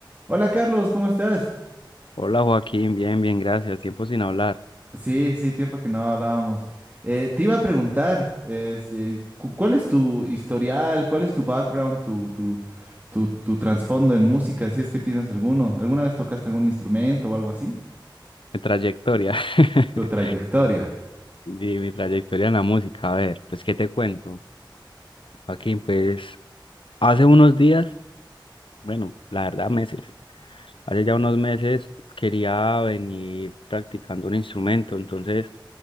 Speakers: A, on the right (about 20°); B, on the left (about 85°).
A: Hola Carlos, ¿cómo estás?
B: Hola Joaquín, bien, bien, gracias. Tiempo sin hablar.
A: Sí, sí, tiempo que no hablábamos. Eh, te iba a preguntar, eh, si- cu- ¿cuál es tu historial, cuál es tu background, tu, tu, tu, tu trasfondo en música, si es que tienes alguno? ¿Alguna vez tocaste algún instrumento o algo así?
B: Mi trayectoria. <laughs>
A: Tu trayectoria.
B: Sí, mi trayectoria en la música. A ver, pues, ¿qué te cuento? Joaquín, pues, hace unos días, bueno, la verdad, meses. Hace ya unos meses quería venir practicando un instrumento, entonces